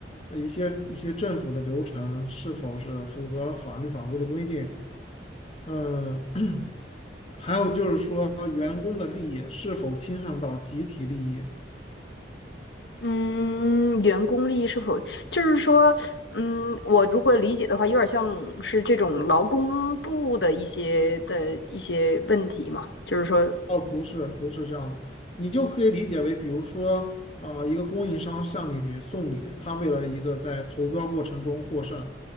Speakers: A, on the left; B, on the left.
A: 呃一些一些政府的流程是否是符合法律法规的规定。呃，<clears throat> 还有就是说，员工的利益是否侵害到集体利益？
B: 嗯，员工利益是否就是说，嗯，我如果理解的话，有点像是这种劳工部的一些的一些问题嘛，就是说
A: 哦，不是，不是这样的，你就可以理解为，比如说，啊、一个供应商向你送礼，他为了一个在投标过程中获胜，